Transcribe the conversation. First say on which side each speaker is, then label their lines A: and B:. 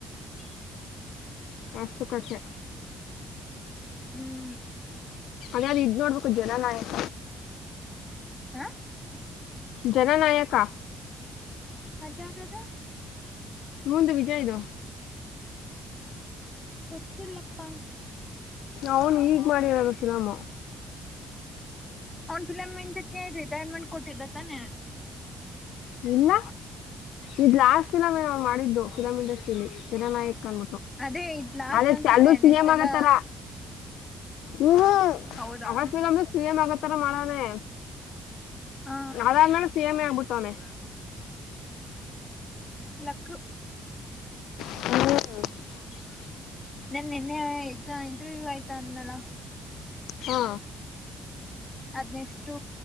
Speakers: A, on the left; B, on the left.
A: ಹ್ಮ್
B: ಅಷ್ಟಕ್ ಕಷ್ಟೇ
A: ಹ್ಮ್
B: ಅದೇ ಇದ ನೋಡಬೇಕು ಜನನಾಯಕ
A: ಹಾ
B: ಜನನಾಯಕಾ
A: ಅದ್ಯಾವದು
B: ಇವಂದು ವಿಜಯದ
A: ಗೊತ್ತಿಲರಪ್ಪಾ
B: ಅವನು ಈಗ್ ಮಾಡಿರೋದ ಫಿಲಂ
A: ಅವನ್ ಫಿಲ್ಮ ಇದಕ್ಕೆ ರಿಟೈರ್ಮೆಂಟ್ ಕೊಟ್ಟಿದ್ದ ತಾನೆ
B: ಇಲ್ಲ ಇ ಲಾಸ್ಟ್ ಸಿನಮ್ ನ ಮಾಡಿದು ಫಿಲಂ ಇಂಡಸ್ಟ್ರಿಯಲ್ ಅಲ್ಲಿ ಜನನಾಯಕನದು
A: ಅದೇ ಇದ್ ಲಾಸ್ಟ್
B: ಆದೆ
A: ಅನ್ಸುತ್ತೆ
B: ಚಾಲ್ಲು ಸಿ
A: ನೆಕ್ಸ್ಟ್
B: ಎಂ
A: ಎಲ್ಲ
B: ಆಗತ್ತರಾ ಹೂ ಹೂ
A: ಹೌದಾ
B: ಅವ ಫಿಲ್ಮ್ ನೂ ಸಿ ಎಮ್ ಆಗೋತ್ತರಾ ಮಾಡನೇ
A: ಹ
B: ಅದಾನ ಸಿ ಎಮ್ ಮೆ ಆಗೀಬಿಟ್ಟೋಣೆ
A: ಲಕ್ಕು
B: ಹ್ಮ
A: ನಾನ್ ನಿನ್ನೆ ಎಕ್ಸಾಮ್ ಇಂಟರ್ವ್ಯೂ ಆಯ್ತಾ ಅಂದನಲಾ
B: ಹಾ
A: ಅದ್ ನೆಕಷ್ಟು